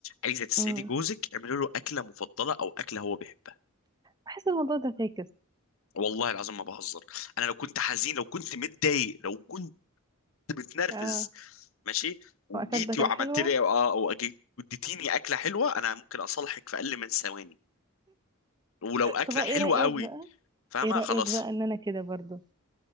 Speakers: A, on the left; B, on the right.
A: عايزه تسعدي
B: امم
A: جوزك اعملي له اكله مفضله او اكله هو بيحبها
B: بحس الموضوع ده فاكس
A: والله العظيم ما بهزر انا لو كنت حزين لو كنت متضايق لو كنت متنرفز
B: اه
A: ماشي وجيتي
B: واكلت اكلة
A: وعملت
B: حلوة
A: لي اه او أجي- اديتيني اكله حلوه انا ممكن اصالحك في اقل من ثواني ولو اكله
B: طب ايه
A: حلوه
B: رأيك
A: قوي
B: بقى
A: فاهمه
B: ايه رأيك
A: خلاص
B: بقى ان انا كده برضو